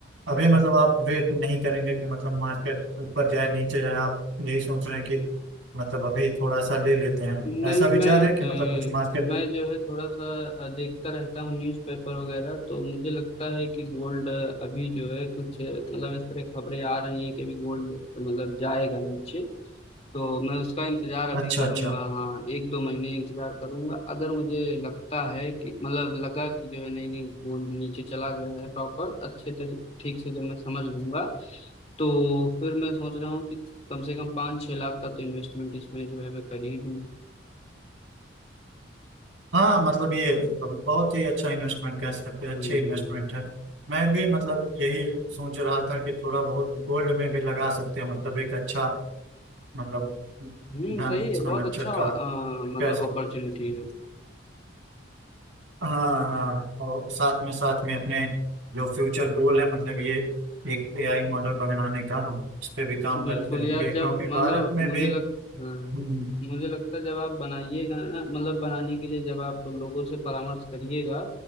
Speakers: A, on the right; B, on the left.
A: अभी मतलब आप वेट नहीं करेंगे कि मतलब मार्केट ऊपर जाए नीचे जाए आप यही सोच रहे हैं कि मतलब अभी थोड़ा सा ले लेते हैं
B: नहीं
A: ऐसा विचार
B: मैं
A: है कि मतलब कुछ मार्केट
B: अ, मैं जो है थोड़ा सा अ, देखता रहता हूँ न्यूज़पेपर वगैरह तो मुझे लगता है कि गोल्ड अभी जो है कुछ अ, मतलब इस तरह खबरें आ रही हैं कि अभी गोल्ड मतलब जाएगा नीचे तो मैं उसका इंतजार अभी
A: अच्छा
B: करूंगा
A: अच्छा
B: हाँ एक दो महीने इंतजार करूंगा अगर मुझे लगता है कि मतलब लगा कि जो है नहीं नहीं गोल्ड नीचे चला गया है प्रॉपर अच्छे तरी ठीक से जब मैं समझ लूंगा तो फिर मैं सोच रहा हूँ कि कम से कम पाँच छह लाख का तो इन्वेस्टमेंट इसमें जो है मैं कर ही दूँ
A: हाँ मतलब ये तो बहुत ही अच्छा इन्वेस्टमेंट कह सकते हैं
B: हम्म
A: अच्छे इन्वेस्टमेंट है मैं भी मतलब यही सोच रहा था कि थोड़ा बहुत गोल्ड में भी लगा सकते हैं मतलब एक अच्छा मतलब
B: हम्म
A: धन
B: सही
A: संरक्षक
B: है बहुत अच्छा अ,
A: का
B: मतलब
A: कह सकते
B: अपॉर्चुनिटी
A: हैं।
B: है
A: हाँ हाँ और साथ में साथ में अपने जो फ्यूचर गोल है मतलब ये एक एआई मॉडल बनाने का हम इस पे भी काम करते
B: बिल्कुल
A: रहेंगे
B: यार जब
A: क्योंकि
B: मतलब
A: भारत में
B: मुझे
A: भी
B: लग हाँ,
A: हम्म,
B: मुझे लगता है जब आप बनाइएगा ना मतलब बनाने के लिए जब आप लोगों से परामर्श करिएगा